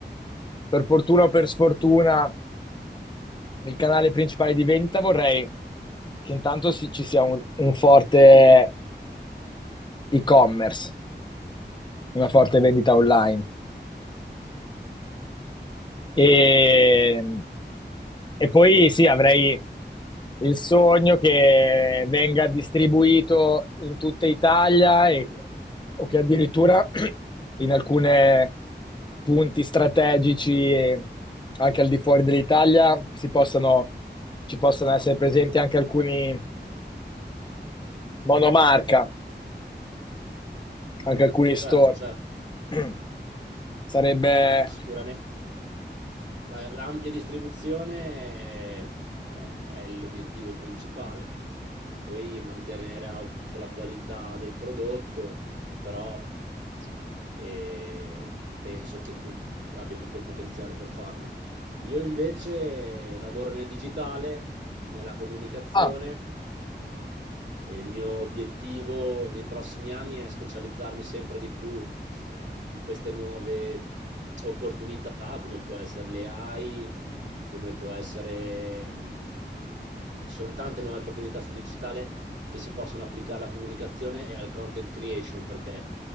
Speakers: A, on the left; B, on the right.
A: per fortuna o per sfortuna il canale principale di vendita, vorrei che intanto si- ci sia un un forte e-commerce, una forte vendita online. E, e poi sì, avrei il sogno che venga distribuito in tutta Italia e- o che addirittura <clears throat> in alcuni punti strategici e anche al di fuori dell'Italia si possano, ci possano essere presenti anche alcuni monomarca, anche alcuni
B: Certo,
A: store.
B: certo.
A: <clears throat> Sarebbe...
B: Ah, sicuramente La- l'ampia distribuzione è, è l'obiettivo principale, poi mantenere alta la qualità del prodotto, però eh, penso che tu abbia tutto il potenziale per farlo. Io invece lavoro nel digitale, nella comunicazione
A: Ah,
B: e il mio obiettivo nei prossimi anni è specializzarmi sempre di più in queste nuove opportunità, come può essere le AI, come può essere... mh, Ci sono tante nuove opportunità sul digitale che si possono applicare alla comunicazione e al content creation, perché